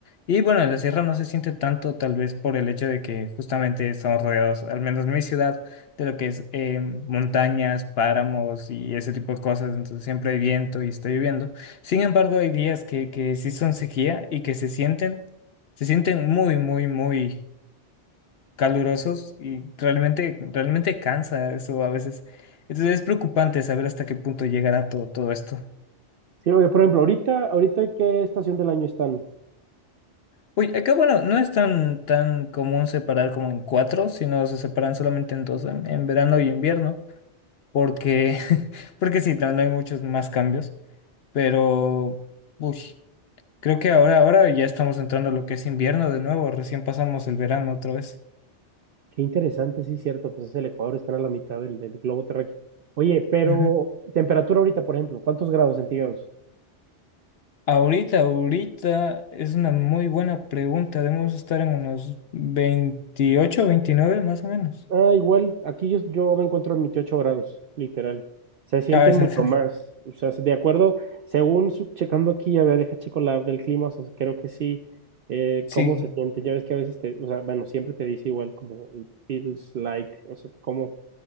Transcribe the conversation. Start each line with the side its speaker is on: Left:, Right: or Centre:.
Left: Y bueno, en la sierra no se siente tanto tal vez por el hecho de que justamente estamos rodeados, al menos en mi ciudad, de lo que es eh, montañas, páramos y ese tipo de cosas. Entonces siempre hay viento y está lloviendo. Sin embargo, hay días que, que sí son sequía y que se sienten, se sienten muy, muy, muy calurosos y realmente, realmente cansa eso a veces. Entonces es preocupante saber hasta qué punto llegará todo, todo esto.
Right: Sí, oye, por ejemplo, ahorita, ahorita ¿qué estación del año están?
Left: Uy, acá bueno, no es tan, tan común separar como en cuatro, sino se separan solamente en dos, en, en verano y invierno, porque, <laughs> porque sí, no, no hay muchos más cambios, pero uy, creo que ahora, ahora ya estamos entrando a lo que es invierno de nuevo, recién pasamos el verano otra vez.
Right: Qué interesante, sí, cierto, pues es el Ecuador, están a la mitad del, del globo terráqueo. Oye, pero
Left: Ujú.
Right: temperatura ahorita, por ejemplo, ¿cuántos grados centígrados?
Left: Ahorita, ahorita es una muy buena pregunta, debemos estar en unos 28, 29 más o menos.
Right: Ah, igual, aquí yo, yo me encuentro en 28 grados, literal. Se sienten
Left: A veces,
Right: mucho
Left: <laughs>
Right: más. O sea, de acuerdo, según su- checando aquí, a ver, deja checo la app del clima, o sea, creo que sí, eh,
Left: sí,
Right: cómo se siente. Ya ves que a veces te, o sea, bueno, siempre te dice igual como it feels like, o sea, cómo,